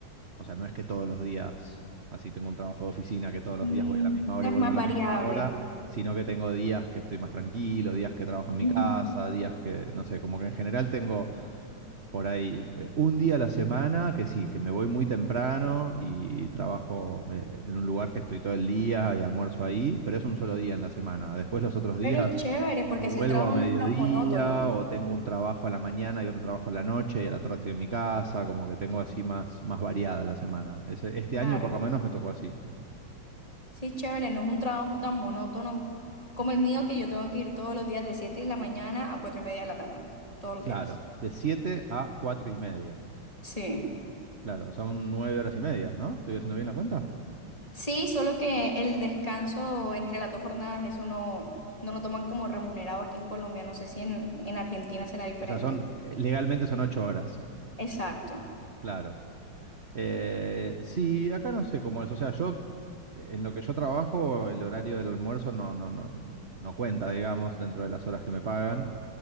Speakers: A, on the right (about 40°); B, on the left (about 15°).
A: o sea, no es que todos los días, así tengo un trabajo de oficina, que todos los
B: Mm,
A: días voy a la misma hora
B: es
A: y vuelvo
B: más
A: a la
B: variable.
A: misma hora, sino que tengo días que estoy más tranquilo, días que trabajo en mi
B: Ujú.
A: casa, días que, no sé, como que en general tengo por ahí eh, un día a la semana que sí, que me voy muy temprano y trabajo eh, en un lugar que estoy todo el día y almuerzo ahí, pero es un solo día en la semana. Después los otros días
B: Pero es chévere, porque
A: o
B: así
A: vuelvo
B: el trabajo
A: a mediodía,
B: no es tan monótono.
A: o tengo un trabajo a la mañana y otro trabajo a la noche, y a la tarde estoy en mi casa, como que tengo así más, más variada la semana. Ese- este
B: Claro.
A: año por lo menos me tocó así.
B: Sí, es chévere, no es un trabajo tan monótono como el mío que yo tengo que ir todos los días de 7 de la mañana a 4 y media de la tarde. Todos los
A: Claro,
B: días.
A: de 7 a 4 y media.
B: Sí.
A: Claro, son 9 horas y media, ¿no? ¿Estoy haciendo bien la cuenta?
B: Sí, solo que el descanso entre las dos jornadas, eso no, no lo toman como remunerado aquí en Colombia. No sé si en, en Argentina será diferente.
A: O sea, son, eh, legalmente son 8 horas,
B: Exacto,
A: claro. Eh, sí, acá no sé cómo es. O sea, yo, en lo que yo trabajo, el horario del almuerzo no, no, no, no cuenta, digamos, dentro de las horas que me pagan.